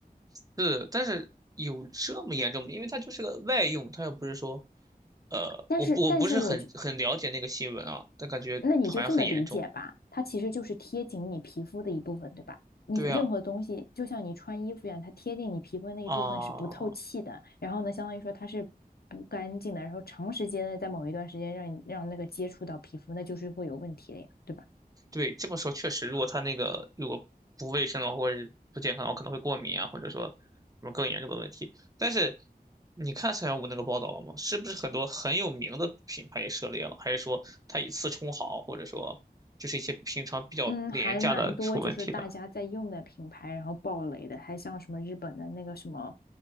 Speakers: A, on the right (about 25°); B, on the left (about 75°).
A: 是，但是有这么严重吗？因为它就是个外用，它又不是说，呃，
B: 但是，
A: 我不我不是很很了解那个新闻啊，
B: 但是我觉，
A: 但感觉好像很严重。
B: 那你就这么理解吧，它其实就是贴紧你皮肤的一部分，对吧？你任何东西，
A: 对啊，
B: 就像你穿衣服一样，它贴近你皮肤的那一部分是不透气的，
A: 啊、
B: 然后呢，相当于说它是不干净的，然后长时间的在某一段时间让你让那个接触到皮肤，那就是会有问题的呀，对吧？
A: 对，这么说确实，如果它那个如果不卫生的话，或者是不健康的话，可能会过敏啊，或者说什么更严重的问题。但是你看三幺五那个报道了吗？是不是很多很有名的品牌也涉猎了？还是说它以次充好，或者说就是一些平常比较廉价的出问题的？
B: 嗯，还蛮多，就是大家在用的品牌，然后爆雷的，还像什么日本的那个什么